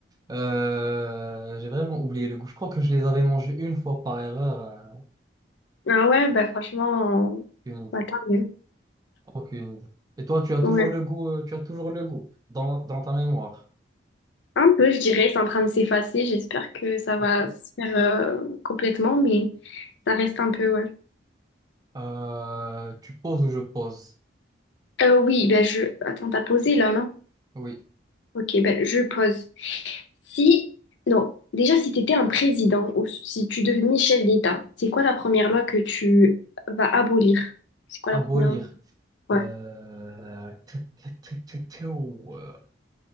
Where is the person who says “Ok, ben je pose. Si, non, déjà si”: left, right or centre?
Left